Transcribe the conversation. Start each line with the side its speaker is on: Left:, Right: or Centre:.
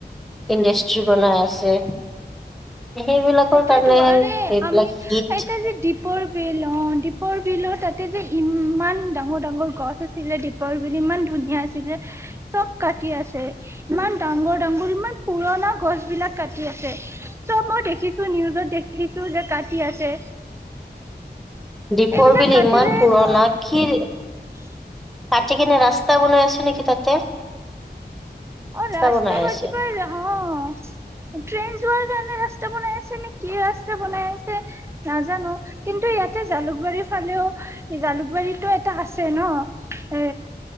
Centre: ইণ্ডাষ্ট্ৰী বনাই আছে। সেইবিলাকৰ
Right: সেইটোৱেটো।
Centre: কাৰণেহে
Right: আৰে
Centre: এইবিলাক
Right: আমি
Centre: হিট
Right: এতিয়া যে দ্বীপৰ বিল অ' দ্বীপৰ বিলৰ তাতে যে ইমান ডাঙৰ, ডাঙৰ গছ আছিলে। দ্বীপৰ বিল ইমান ধুনীয়া আছিলে! চব কাটি আছে। ইমান ডাঙৰ, ডাঙৰ ইমান পুৰণা গছ বিলাক কাটি আছে চব মই দেখি নিউজত দেখিছো যে কাটি আছে?
Centre: দ্বীপৰ
Right: এইবিলাক
Centre: বিল
Right: কাটিলে
Centre: ইমান পুৰণা!
Right: ত
Centre: কি
Right: <inaudible>
Centre: কাটি কিনে ৰাস্তা বনাই আছে নেকি তাতে?
Right: অ! ৰাস্তা
Centre: বনাই
Right: বা
Centre: আছে।
Right: কিবা অঁ! ট্ৰেইন যোৱাৰ কাৰণে ৰাস্তা বনাই আছে নে কি? কি ৰাস্তা বনাই আছে নাজানোঁ। কিন্তু ইয়াত এতিয়া জালুকবাৰীৰ ফালেও জালুকবাৰীটো এটা আছে ন? এ!